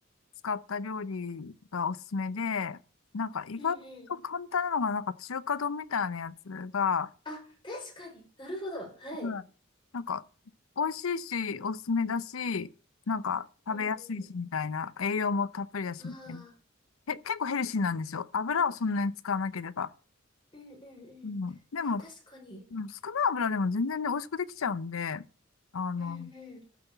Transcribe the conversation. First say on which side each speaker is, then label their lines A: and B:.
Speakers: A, on the left; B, on the left.
A: 使った料理がおすすめで、なんか意外と簡単なのが、
B: うんうん。
A: なんか中華丼みたいなやつが、
B: あ、確かに。なるほど。はい。
A: うん。なんか、美味しいし、おすすめだし、なんか、食べやすいし、
B: うんう
A: みたいな。栄養もたっぷりだし、
B: ん。ああ、
A: みたいな。へ、結構ヘルシーなんですよ。油をそんなに使わなければ。
B: うんうんうん。
A: うん。でも、
B: え、確かに。
A: うん少ない油でも全然ね、美味しくできちゃうんで、あの、
B: うんうん。